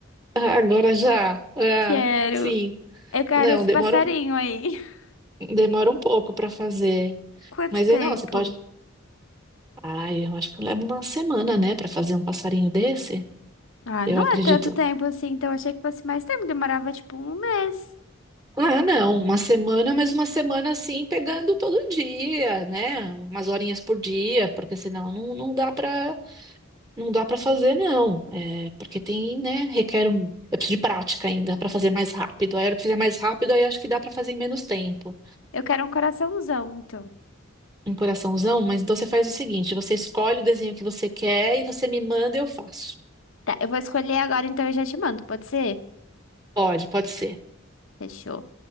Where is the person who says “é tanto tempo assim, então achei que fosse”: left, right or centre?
Left